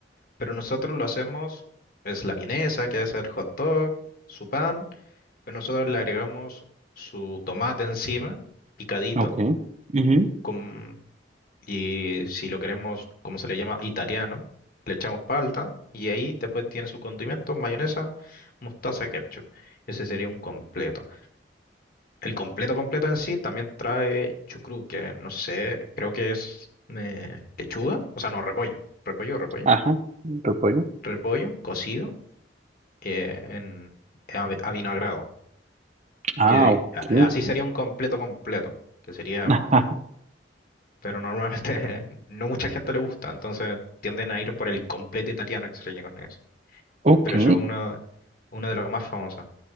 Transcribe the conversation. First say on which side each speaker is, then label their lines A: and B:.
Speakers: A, on the left (about 55°); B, on the right (about 40°).
A: pero nosotros lo hacemos, es la vienesa, que es el hot dog, su pan, pero nosotros le agregamos su tomate encima, picadito,
B: Ok. Ujú.
A: con Y si lo queremos, como se le llama, italiano, le echamos palta y ahí después tiene su condimento, mayonesa, mostaza, ketchup. Ese sería un completo. El completo completo en sí también trae chucrú, que no sé, creo que es eh, lechuga, o sea, no, repollo, repollo, repollo,
B: Ajá. Repollo.
A: repollo cocido eh, en a, a vinagrado.
B: Ah,
A: Que,
B: ok.
A: a- así sería un completo completo, que sería
B: <laughs>
A: pero normalmente <laughs> no mucha gente le gusta, entonces tienden a ir por el completo italiano que se le llama con eso.
B: Ok,
A: Pero eso es uno, uno de los más famosos.